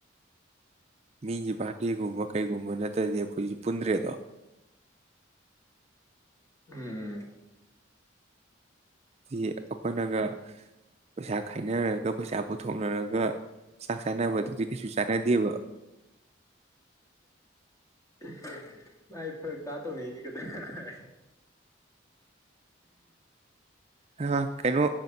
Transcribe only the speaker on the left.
ꯎꯝ
ꯑꯍ ꯃꯥꯢ ꯐꯔꯛ ꯇꯥ ꯇꯧꯅꯩꯅꯤ ꯀꯩꯗ ꯍ <unintelligible>